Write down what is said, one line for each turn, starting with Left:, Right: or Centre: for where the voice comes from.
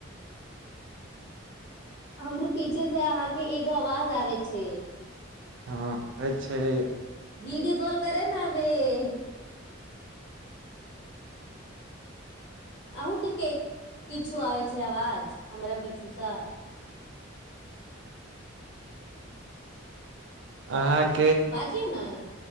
Left: हमरो पीछे से अहाँके एगो आवाज आबे छे।
Right: हां होैय छै
Left: <unintelligible> अहुंके केक किछो आबै छै आवाज हमरा पीछू सं?
Right: अहाँ के
Left: बाजियौ नय